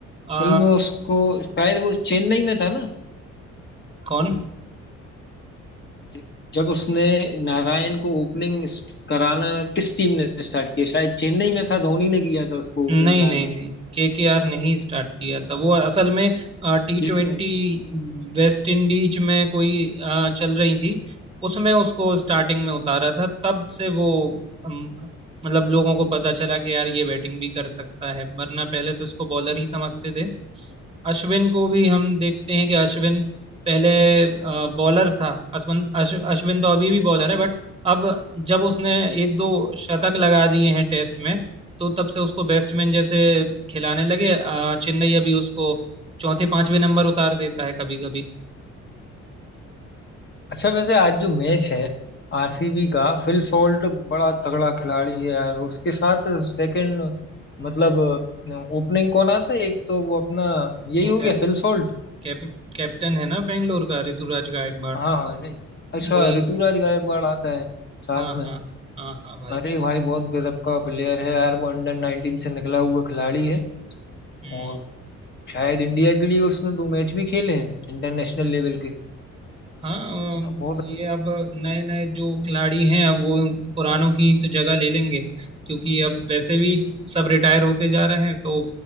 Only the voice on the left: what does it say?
असल में उसको शायद वो चेन्नई में था ना
ज- जब उसने नारायण को ओपनिंग कराना किस टीम ने स्टार्ट किया शायद चेन्नई में था धोनी ने किया था उसको ओपनिंग
लाना
ठीक
है
अच्छा वैसे आज जो मैच है आरसीबी का फिल सॉल्ट बड़ा तगड़ा खिलाड़ी है यार उसके साथ सेकंड मतलब ओपनिंग कौन आता है एक तो वो अपना यही
हो
गया फिल सॉल्ट
हाँ हाँ नहीं अच्छा
ऋतुराज
गायकवाड़ आता है साथ
में
अरे भाई बहुत गजब का प्लेयर है यार वो अंडर 19 से निकला हुआ खिलाड़ी है
और शायद इंडिया के लिए उसने दो मैच भी खेले हैं इंटरनेशनल लेवल के
है
ना बहुत